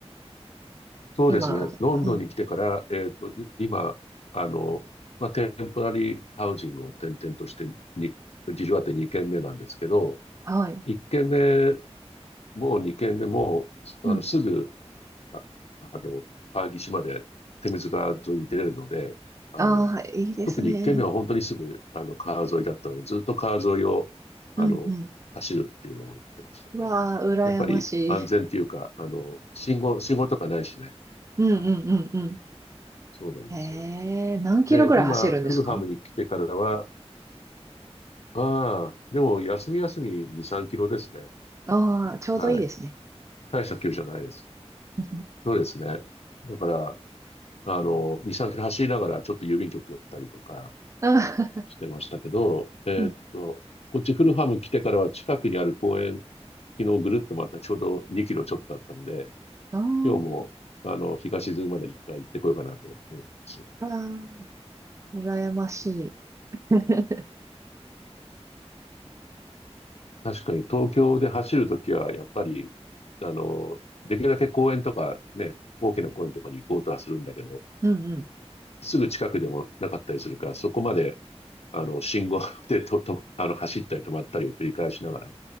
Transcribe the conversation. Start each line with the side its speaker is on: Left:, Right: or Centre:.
Left: そうですね。
Right: 今、
Left: ロンドンに来てから、
Right: うん。
Left: えっと、い今、あの、まあ、テンポラリーハウジングを転々としてに、事情あって2軒目なんですけど、
Right: はい。
Left: 1軒目も2軒目も、あの、
Right: うん。
Left: すぐ、ああの、川岸まで手水川沿いに出れるので、あの、
Right: ああ、いいですね。
Left: 特に1軒目は本当にすぐ、あの、川沿いだったので、ずっと川沿いを、あの、
Right: うんうん。
Left: 走るっていうのをやってましたね。
Right: うわあ、羨ましい。
Left: やっぱり安全っていうか、あの、信号、信号とかないしね。
Right: うんうんうんうん。
Left: はいそうなんですよ。
Right: えー、何キロぐらい走るんですか
Left: で、今、フルハムに来てからは、ああ、でも休み休み2、3キロですね。
Right: ああー、ちょうどいいですね。
Left: はい。大した距離じゃないです。
Right: うん
Left: そうですね。だから、あの、2、3キロ走りながらちょっと郵便局寄ったりとか
Right: あー、
Left: してましたけど、えーっと、
Right: <laughs> うん。
Left: こっちフルハム来てからは近くにある公園、昨日ぐるっとまたちょうど2キロちょっとあったので、
Right: <laughs> あー
Left: 今日も、あの、日が沈むまでに1回行ってこようかなと思ってます。
Right: あー、羨ましい。<laughs>
Left: 確かに東京で走るときは、やっぱり、あの、できるだけ公園とかね、大きな公園とかに行こうとはするんだけど、
Right: うんうん
Left: すぐ近くでもなかったりするから、そこまで、あの、信号 <laughs> でと、と、あの、走ったり止まったりを繰り返しながら